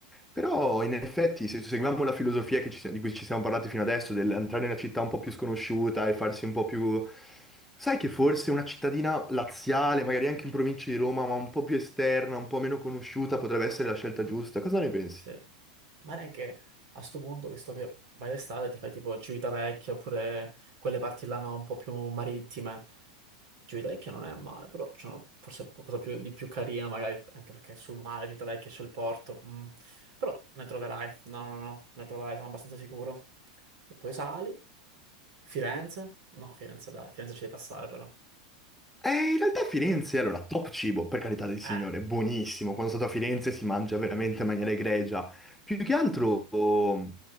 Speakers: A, in the centre; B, on the right.
A: Però in effetti, se seguiamo la filosofia che ci si- di cui ci siamo parlati fino adesso, dell'entrare in una città un po' più sconosciuta e farsi un po' più... Sai che forse una cittadina laziale, magari anche in provincia di Roma, ma un po' più esterna, un po' meno conosciuta, potrebbe essere la scelta giusta. Cosa ne pensi?
B: Sì. Magari anche a sto punto, visto che vai d'estate, ti fai tipo Civitavecchia oppure quelle parti là no, un po' più marittime. Civitavecchia non è male, però c'è una- forse qualcosa più- di più carino, magari anche perché sul mare Civitavecchia c'è il porto. mm. Però ne troverai, no, no, no, ne troverai, sono abbastanza sicuro. E poi sali, Firenze? No, Firenze dai, Firenze ci devi passare però.
A: Eh, in realtà Firenze, allora, top cibo, per carità del Signore,
B: Eh.
A: buonissimo. Quando sono stato a Firenze si mangia veramente in maniera egregia. Più che altro, oh,